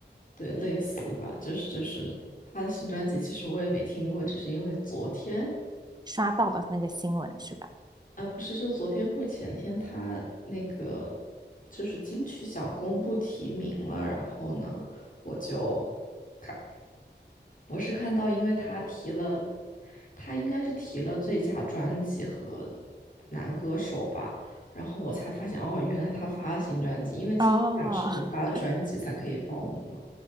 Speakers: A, on the left; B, on the right.
A: 对，类似吧，就是就是他的新专辑，其实我也没听过，只是因为昨天。
B: 刷到了那个新闻是吧？
A: 呃，不是，就昨天或前天，他那个就是金曲奖公布提名了，然后呢，我就看，我是看到，因为他提了，他应该是提了最佳专辑和男歌手吧，然后我才发现，哦，原来他发了新专辑，因为金曲奖是你发了专辑才可以报名嘛，
B: 哦，<laughs>